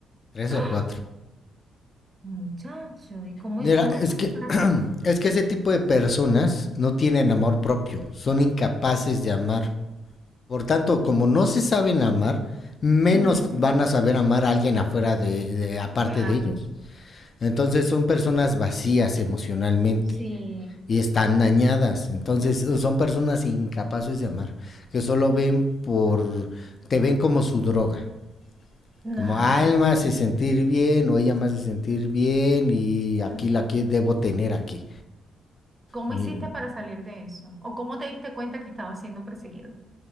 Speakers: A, on the left (about 50°); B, on the right (about 25°).
A: tres
B: <gasps>
A: o cuatro.
B: Muchacho, ¿y cómo,
A: Mira,
B: cómo hiciste
A: es que,
B: para
A: <clears throat>
B: salir?
A: es que ese tipo de personas no tienen
B: Ujú,
A: amor propio, son incapaces de amar. Por tanto, como no se saben amar, menos
B: ujú,
A: van a saber amar a alguien afuera de, de- aparte
B: claro,
A: de ellos. Entonces son personas vacías emocionalmente
B: sí.
A: y están dañadas. Entonces son personas incapaces de amar, que solo ven por, te ven como su droga. Como,
B: No, ahora,
A: ah, él me hace sentir bien o ella me hace sentir bien y aquí
B: ujú.
A: la que debo tener aquí.
B: ¿Cómo
A: Y
B: hiciste para salir de eso? ¿O cómo te diste cuenta que estaba siendo perseguido?